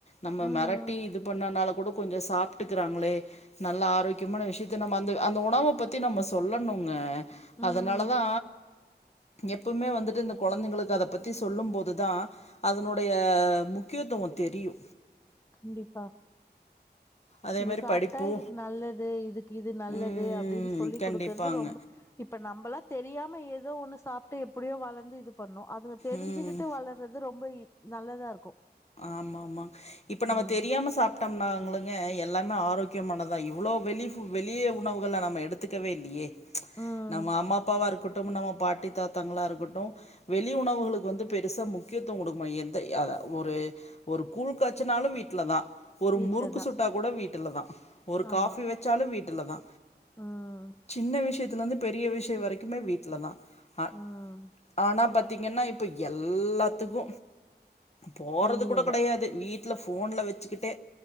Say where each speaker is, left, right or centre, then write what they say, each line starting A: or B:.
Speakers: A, on the left (about 40°); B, on the left (about 15°).
A: நம்ம
B: ம்
A: மிரட்டி இது பண்ணனால கூட கொஞ்சோ சாப்ட்டுக்கிறாங்களே நல்லா ஆரோக்கிய முக்கியமான விஷயத்த நம்ம அந்த அந்த உணவ பத்தி நம்ம சொல்லணுங்க அதனாலதா
B: ம்
A: எப்பவுமே வந்துட்டு இந்த குழந்தைங்களுக்கு அத பத்தி சொல்லு போது தா அதனுடைய முக்கியத்துவோ தெரியு
B: கண்டிப்பா
A: அதே
B: இது
A: மாரி
B: சாப்ட்டா
A: படிப்பு
B: இதுக்கு நல்லது இதுக்கு இது நல்லது
A: ம்
B: அப்டினு சொல்லி
A: கண்டிப்பாங்க.
B: குடுக்குறது ரொம்ப இப்ப நம்மபலா தெரியாம ஏதோ ஒண்ணு சாப்ட்டு எப்டியோ வளந்து இது பண்ணோ அதுங்க தெரிஞ்சுக்கிட்டு
A: ம்.
B: வளர் கிறது ரொம்ப நல்லதா இருக்கு
A: ஆமாமா இப்ப நம்ம
B: ம்
A: தெரியாம சாப் ட்டம்னாங்கங்க எல்லாமே ஆரோக்கியமானதா இவ்ளோ வெளி வெளிய உணவுகள நம்ம எடுத்துக்கவே இல்லியே
B: ம்
A: நம்ம அம்மா அப்பாவா இருக்கட்டு நம்ம பாட்டி தாத்தாங்களா இருக்கட்டு வெளி உணவுகளுக்கு வந்து பெருசா முக்கியத்துவ குடுக்க எந்த அதா ஒரு ஒரு கூழ் காச்சுனாலு வீட்ல தா ஒரு
B: வீட்லதா
A: முறுக்கு சுட்டா கூட வீட்டுல தா ஒரு
B: ஆமா
A: காஃபி வெச்சாலு வீட்டுல தா
B: ம்
A: சின்ன விஷயத்துல இருந்து பெரிய விஷயோ வரைக்குமே வீட்ல தா ஆ
B: ம்
A: ஆனா பாத்தீங்கன்னா இப்ப எல்லாத்துக்கு போறது
B: வெளியதா
A: கூட கெடையாது வீட்ல ஃபோன்ல வச்சுக்கிட்டே